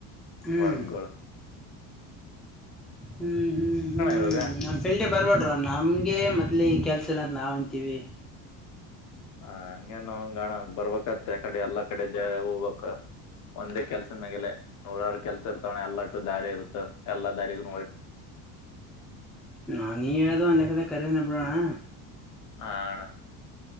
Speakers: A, in the centre; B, on the left.
A: ಹ್ಮ್
B: ವರುಗಳು. <unintelligible>
A: ಹ್ಮ್, ಹ್ಮ್, ಹ್ಮ್,
B: ಇವಾಗ
A: ನಮ್ಫೀಲ್ಡೆಗೆ, ಬರಬೇಡರೋ ನಮ್ಗೆ, ಮೊದ್ಲೇ, ಈ ಕೆಲ್ಸ. <unintelligible> ಗೊತ್ತಿಲ್ಲ ಅಂತ ನಾವಂತೀವಿ? <unintelligible>
B: ಹ, ಹಂಗೇನು, ಹಂಗಣ, ಬರ್ಬೇಕಾದ್ರೆ ತಿಳ್ಕೊಂಡು, ಆ ಕಡೆ ಎಲ್ಲಾ! ಕಡೆ ಜ, ಹೋಗಕ್ಕ. <unintelligible> ಒಂದೇ, ಕೆಲ್ಸ ಮ್ಯೇಲೆ, ನೂರಾರು, ಕೆಲ್ಸ ಇರ್ತವಣ, ಎಲ್ಲಟ್ಟು, ದಾರಿ ಇರುತ ಎಲ್ಲಾ ದಾರಿಗೂ! <unintelligible>
A: ಹಾ, ನೀನು ಹೇಳಿದ ಲೆಕ್ಕದಲ್ಲಿ? ಖರೇನ ಅದೆಲ್ಲ ಬಿಡೋಣ್ಣ. <unintelligible>
B: ಹಡ. <unintelligible>